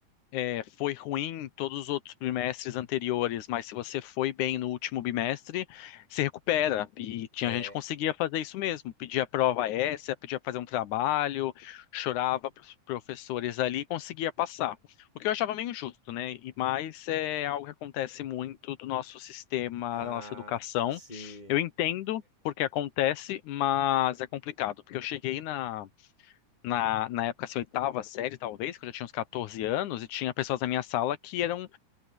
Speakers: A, on the left; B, on the left.
A: é, foi ruim em todos os outros bimestres anteriores, mas se você foi bem no último bimestre, se recupera. E tinha
B: É.
A: gente que conseguia fazer isso mesmo, pedia prova essa, pedia fazer um trabalho, chorava para os professores ali e conseguia passar. O que eu achava meio injusto, né? E mais é algo que acontece muito do nosso sistema,
B: Ah,
A: da nossa educação.
B: se.
A: Eu entendo porque acontece, mas é complicado, porque eu cheguei na na, na época, assim, oitava série, talvez, quando eu já tinha uns 14 anos, e tinha pessoas na minha sala que eram,